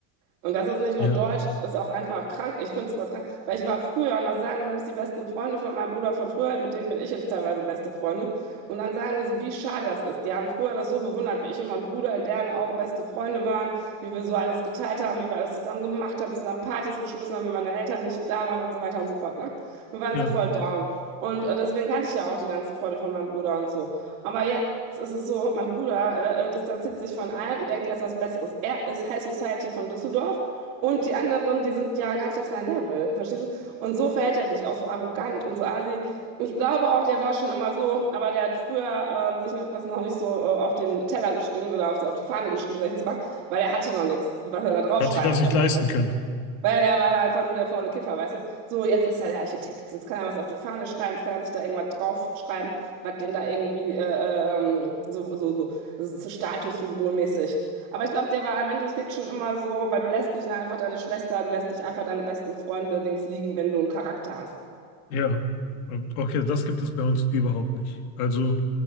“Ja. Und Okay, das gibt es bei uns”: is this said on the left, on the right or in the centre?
Left